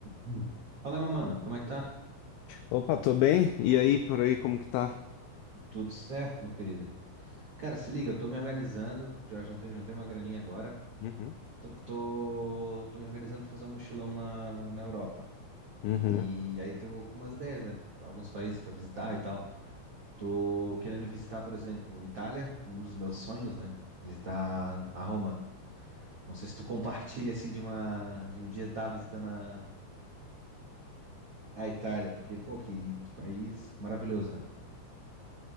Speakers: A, on the right; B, on the left.
A: Hum. Fala, meu mano, como é que tá?
B: Opa, tô bem? E aí, por aí, como que tá?
A: Tudo certo, meu querido? Cara, se liga, eu tô me organizando, já juntei, juntei uma graninha agora.
B: Uhum.
A: Tô, tô, tô me organizando pra fazer um mochilão na, na Europa.
B: Uhum.
A: E aí tô com umas ideias, né? Alguns países pra visitar e tal. Tô querendo visitar, por exemplo, Itália, um dos meus sonhos, né? Visitar a Roma. Não sei se tu compartilha, assim, de uma, de um dia estar visitando a, a Itália, porque, pô, que, que país maravilhoso, né?